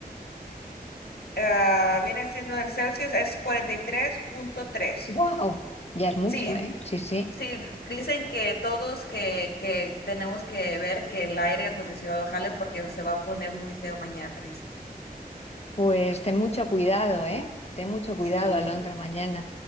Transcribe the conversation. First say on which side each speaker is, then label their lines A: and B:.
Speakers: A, on the left; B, on the left.
A: Ah, viene siendo en Celsius, es cuarenta y tres punto tres
B: Wow, ya es mucho,
A: Sí,
B: ¿eh? Sí, sí.
A: sí, dicen que todos que, que tenemos que ver que el aire acondicionado jale porque se va a poner muy feo mañana,
B: Pues ten mucho cuidado, ¿eh? Ten mucho cuidado,
A: Sí.
B: Alondra, mañana.